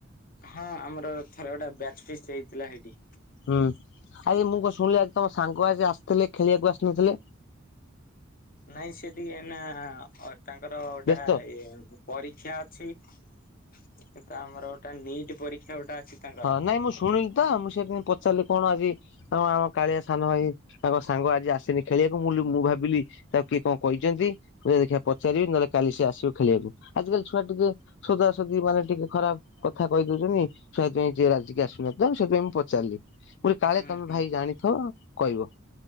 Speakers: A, on the left; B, on the left.
A: ହଁ ଆମର ଥରେ ଗୋଟେ ବ୍ୟାଚ ଫିଷ୍ଟ୍ ହେଇଥିଲା ସେଇଠି।
B: ହୁଁ ଆଜ୍ଞା ମୁଁ କ ଶୁଣିଲି ଆଜି ତମ ସାଙ୍ଗ ଆଜି ଆସିଥିଲେ ଖେଳିବାକୁ ଆସିନଥିଲେ।
A: ନାଇଁ ସେ ଟିକେ ଇନା ତାଙ୍କର ଗୋଟା
B: ବ୍ୟସ୍ତ?
A: ଇଏ ପରୀକ୍ଷା ଅଛି ଏଟା ଆମର ଗୋଟେ ନିଟ୍ ପରୀକ୍ଷା ଗୋଟେ ଅଛି। ତାଙ୍କର
B: ହଁ, ନାଇଁ ମୁଁ ଶୁଣିଲି ତ ମୁଁ ସେଇଥି ପାଇଁ ପଚାରିଲି କଣ ଆଜି ଆ ଆମ କାଳିଆ ସାନ ଭାଇ। ତାଙ୍କ ସାଙ୍ଗ ଆଜି ଆସନି ଖେଳିବାକୁ ମୁଁ କହିଲି ମୁଁ ଭାବିଲି ତାକୁ କିଏ କଣ କହିଛନ୍ତି। ଯେ ଦେଖିଆ ପଚାରିବି ନହେଲେ କାଲି ସି ଆସିବ ଖେଳିବାକୁ ଆଜିକାଲି ଛୁଆ ଟିକେ ସୋଦଶୋଦି ମାନେ ଟିକେ ଖରାପ କଥା କହି ଦଉଚନି। ସେଥିପାଇଁ ଯିଏ ରାଜିକି ଆସୁନଥିଲା ସେଥିପାଇଁ ମୁଁ ପଚାରିଲି ମୁଁ କହିଲି କାଳେ
A: ହୁଁ
B: ତମେ
A: ହୁଁ
B: ଭାଇ ଜାଣିଥ କହିବ।